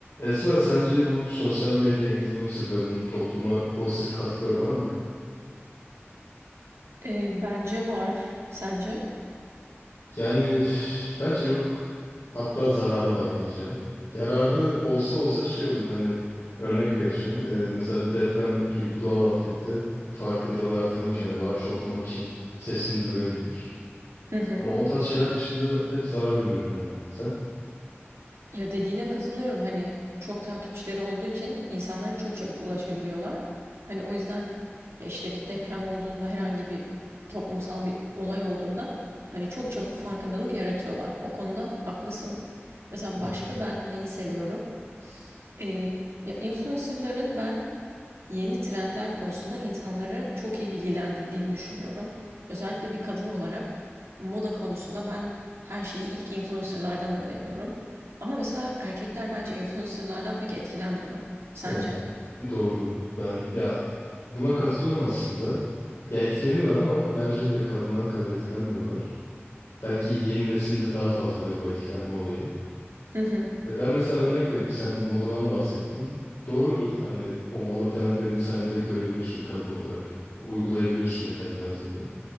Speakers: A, on the left; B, on the right.
A: Esra sence bu sosyal medya influencerlarının topluma pozitif katkıları var mı?
B: Eee, bence var. Sence?
A: Yani üf, bence yok. Hatta zararı var diyeceğim. Yararı olsa olsa şey olur hani örnek vereceğim. Ee, mesela bir deprem gibi bir doğal afette farkındalığı artırmak için ya da bağış toplamak için sesini duyurabilir.
B: Hı hı.
A: Ama o tarz şeyler dışında hep zarar görüyorum ben. Sen?
B: Ya dediğine katılıyorum. Hani çok takipçileri olduğu için insanlara çok çabuk ulaşabiliyorlar. Hani o yüzden ya işte bir deprem olduğunda herhangi bir toplumsal bir olay olduğunda hani çok çabuk farkındalık yaratıyorlar. O konuda haklısın. Mesela
A: Hı
B: başka
A: hı.
B: ben neyi seviyorum? Eee, ya influencerların ben yeni trendler konusunda insanları çok iyi bilgilendirdiğini düşünüyorum. Özellikle bir kadın olarak moda konusunda ben her şeyi ilk influencerlardan öğreniyorum. Ama mesela erkekler bence influencerlardan pek etkilenmiyor. Sence?
A: Evet. Doğru. Ben ya buna katılıyorum aslında. Ya etkileniyorlar ama bence de kadınlar kadar etkilenmiyorlar. Belki yeni nesilde daha fazladır bu etkilenme olayı.
B: Hı hı.
A: E, Ben mesela örnek vereyim. Sen modadan bahsettin. Doğrudur. Hani o moda trendlerini sen direkt görebiliyorsun bir kadın olarak. Uygulayabiliyorsun da kendi hayatında.